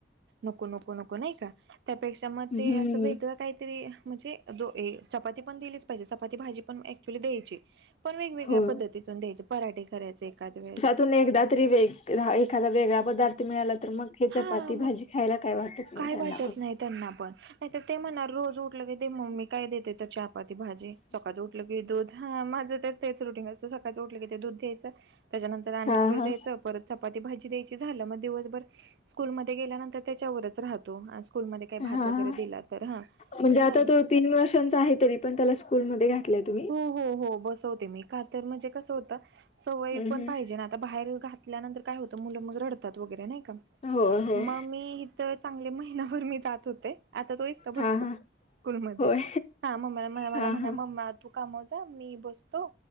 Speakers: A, on the right (about 70°); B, on the left (about 35°).
A: नको - नको - नको - नको नाही का त्यापेक्षा मग
B: हम्म
A: ते असं वेगळं काहीतरी म्हणजे दो चपाती पण दिलीच पाहिजे चपाती भाजी पण एक ली द्यायची पण वेगवेगळ्या
B: हो
A: पद्धतीतून द्यायचे पराठे करायचे एखाद्या वेळेस
B: तुला एकदा तरी वेग एखादा वेगळा पदार्थ मिळाला तर मग याच्यात
A: हा
B: चपाती
A: मग
B: भाजी खायला काय वाटत नाही
A: काय
B: त्यांना
A: वाटत
B: फक्त
A: नाही त्यांना पण नाही ते म्हणा रोज उठल की ते मग मी काय देते त्याच्यात चपाती भाजी सकाळं उठलं की दूध हा माझं तर तेच रुटीन असतं सकाळीच उठले ते दूध द्यायचं त्याच्यांतर अंड
B: हा
A: वगैरे
B: हा
A: द्यायचं परत. चपाती भाजी द्यायची झालं मग दिवसभर स्कूल मध्ये गेल्यानंतर त्याच्यावरच राहतो. स्कूलमध्ये काही
B: हा
A: भात वगैरे
B: हा
A: दिला तर हा
B: म्हणजे आता
A: झालं.
B: तो तीन वर्षांचा आहे. तरी पण त्याला स्कूलमध्ये घातलं तुम्ही?
A: हो, हो, हो बसवते मी, कातर म्हणजे कसं होतं, सवय
B: हम्म
A: पण
B: हम्म
A: पाहिजे ना आता बाहेर घातल्यानंतर काय होत, मुलं मग रडतात वगैरे नाही का,
B: होय होय
A: मग मी तर चांगले महिनाभर मी जात होते. आता तो एकट बसतो
B: हा हा
A: स्कूलमध्ये,
B: होय
A: हा मम्मा, मला
B: हा
A: म्हणला
B: हा
A: मम्मा तू कामाला जा मी बसतो